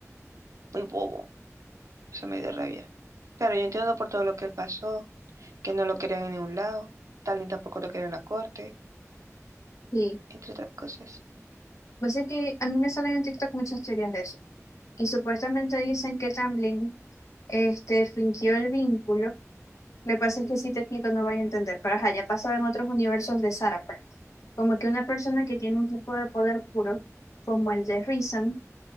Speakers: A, on the right; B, on the left.
A: muy bobo. Eso me dio rabia. Claro, yo entiendo por todo lo que él pasó, que no lo querían en ningún lado, tal ni tampoco lo querían en la corte,
B: Sí.
A: entre otras cosas.
B: Pues es que a mí me salen en TikTok muchas teorías de eso. Y supuestamente dicen que Tamblyn este, fingió el vínculo Me pasa que si te explico no voy a entender, pero ajá, ya pasaba en otros universos de Sarah, pues. Como que una persona que tiene un tipo de poder puro, como el de Reason,